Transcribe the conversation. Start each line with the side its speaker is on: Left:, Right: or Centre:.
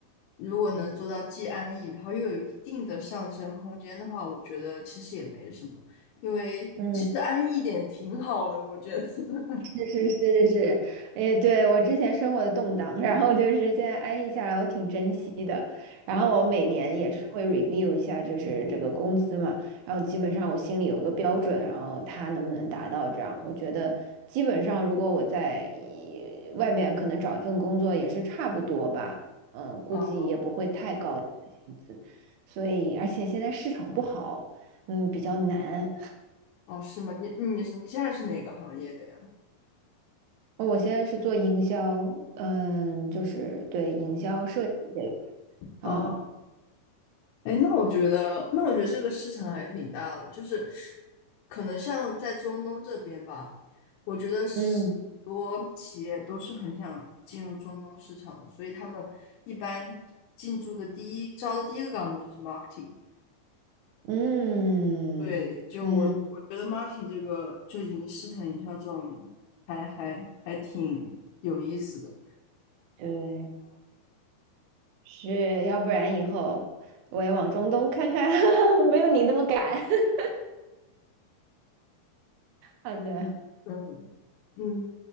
Left: 如果能做到既安逸，然后又有一定的上升空间的话，我觉得其实也没什么，因为其实安逸一点挺好的，
Right: 嗯，
Left: 我觉得。<laughs>
Right: 是是是是，哎，对，我之前生活的动荡，然后就是现在安逸下来，我挺珍惜的。然后我每年也是会
Left: 嗯
Right: review 一下，就是这个工资嘛，然后基本上我心里有个标准，然后他能不能达到这样，我觉得基本上如果我在呃外边可能找一份工作也是差不多吧，嗯，估计也不会太高的薪资，
Left: 哦
Right: 所以而且现在市场不好，嗯，比较难。
Left: 哦，是吗？你你你现在是哪个行业的呀？
Right: 哦我现在是做营销，嗯，就是对营销设计这一块啊，
Left: 哦，哎，那我觉得，那我觉得这个市场还挺大的，就是可能像在中东这边吧，我觉得是很多企业都是很想进入中东市场的，
Right: 嗯
Left: 所以他们一般进驻的第一招的第一个岗位就是 marketing。
Right: 嗯嗯，
Left: 对，就我我觉得 marketing 这个就营市场营销这种还还还挺有意思的。
Right: 对，是要不然以后我也往中东看看，<laughs> 没有你那么赶。<laughs> 好的，
Left: 嗯嗯